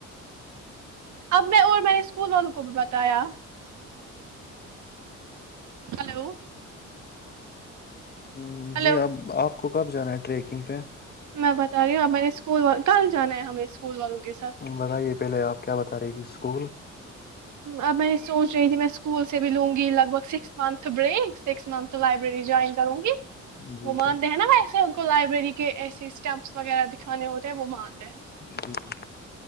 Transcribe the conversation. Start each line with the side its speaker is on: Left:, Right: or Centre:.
Right: اب میں اور میں نے اسکول والوں کو بھی بتایا ہلو
Left: ہ
Right: ہلو
Left: جی آپ آپ ک کب جانا رییکنگ پ
Right: میں بتا رہی ہوں اب م نے اسکول کل جانا ہے ہمیں اسکول والوں کے ساتھ
Left: بتائیے پہلے آپ کیا بتا رہی تھی اس کول
Right: اب میں سوچ رہی تھی میں اسکول سے بھی لوں گی لگ بھگ سکس منتھ بڑے سکس منتھ لائبریری جوائن کروں گی
Left: جی
Right: وہ مانتے
Left: جی
Right: ہیں نا ویسے کو لائبریری کے ایسے اسٹپس وغہ دکھانے ہو تو وہ ماند ہے
Left: جی جی